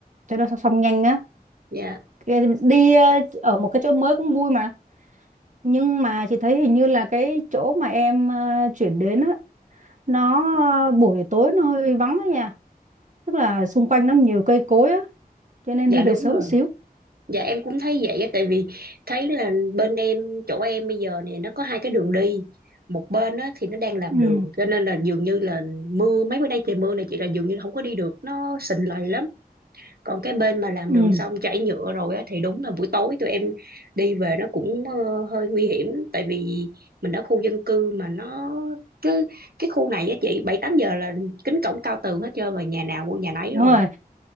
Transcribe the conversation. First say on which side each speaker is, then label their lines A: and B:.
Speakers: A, on the right; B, on the right.
A: cho nó xong nhanh á
B: dạ
A: Cái- đi ờ, ở một cái chỗ mới cũng vui mà nhưng mà chị thấy hình như là cái chỗ mà em ờ, chuyển đến á nó ờ, buổi tối nó hơi vắng á nha tức là xung quanh nó nhiều cây cối á cho nên
B: dạ
A: đi về
B: đúng
A: sớm
B: rồi
A: một xíu
B: dạ em cũng thấy vậy á tại vì thấy là bên em chỗ em bây giờ này nó có hai cái đường đi một bên á thì nó đang làm
A: ừ
B: đường cho nên là dường như là mưa mấy bữa nay trời mưa này chị là dường như không có đi được nó sình lầy lắm còn cái bên mà làm
A: ừ
B: đường xong chảy nhựa rồi á thì đúng là buổi tối tụi em đi về nó cũng ờ, hơi nguy hiểm tại vì mình ở khu dân cư mà nó cứ cái khu này á chị bảy tám giờ là kính cổng cao tường hết trơn rồi nhà nào mua nhà nấy
A: đúng
B: rồi
A: rồi